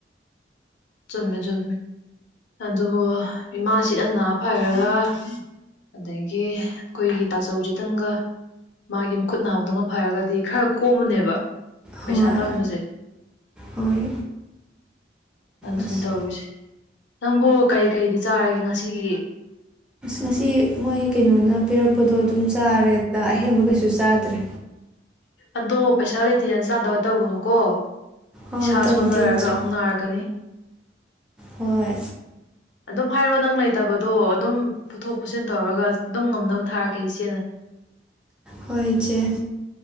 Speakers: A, on the left; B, in the centre.
A: ꯆꯨꯝꯃꯦ ꯆꯨꯝꯃꯦ ꯑꯗꯨꯕꯨ ꯏꯃꯥꯁꯤꯗꯪ ꯅꯥ ꯐꯥꯔꯒ ꯑꯗꯩꯩꯒꯤ ꯑꯩꯈꯣꯏꯒꯤ ꯇꯥꯖꯧꯁꯤꯗꯪꯒꯥ ꯃꯥꯒꯤ ꯃꯈꯠ ꯅꯥꯕꯗꯣꯒ ꯐꯔꯒꯗꯤ ꯈꯔ ꯀꯣꯝꯃꯥꯅꯦꯕ ꯄꯩꯁꯥ
B: ꯍꯣꯏ
A: ꯇꯥꯟꯕꯁꯦ
B: ꯍꯣꯏ
A: ꯑꯗꯨꯅꯤ
B: ꯑꯁ
A: ꯇꯧꯔꯤꯁꯦ ꯅꯪꯕꯨ ꯀꯔꯤ ꯀꯔꯤꯗꯤ ꯆꯥꯔꯒꯦ ꯉꯁꯤꯒꯤ
B: ꯉꯁꯤ ꯃꯣꯏ ꯀꯩꯅꯣꯅ ꯄꯤꯔꯛꯄꯗꯣ ꯑꯗꯨꯝ ꯆꯥꯔꯦꯗ ꯑꯍꯦꯟꯕ ꯀꯩꯁꯨ ꯆꯥꯗ꯭ꯔꯦ
A: ꯑꯗꯣ ꯄꯩꯁꯥ ꯂꯩꯇꯦꯅ ꯆꯥꯗꯕ ꯇꯧꯒꯅꯨꯀꯣ
B: ꯍꯣꯏ
A: ꯏꯁꯥ
B: ꯇꯧꯗꯦ
A: ꯁꯣꯟꯅꯔꯒ
B: ꯏꯆꯦ
A: ꯑꯃꯨꯛ ꯅꯥꯔꯛꯀꯅꯤ
B: ꯍꯣꯏ
A: ꯑꯗꯨꯝ ꯍꯥꯏꯌꯣ ꯅꯪ ꯂꯩꯇꯕꯗꯣ ꯑꯗꯨꯝ ꯄꯨꯊꯣꯛ ꯄꯨꯁꯤꯟ ꯇꯧꯔꯒ ꯑꯗꯨꯝ ꯉꯝꯅꯕ ꯊꯥꯔꯛꯀꯦ ꯏꯆꯦꯅ
B: ꯍꯣꯏ ꯏꯆꯦ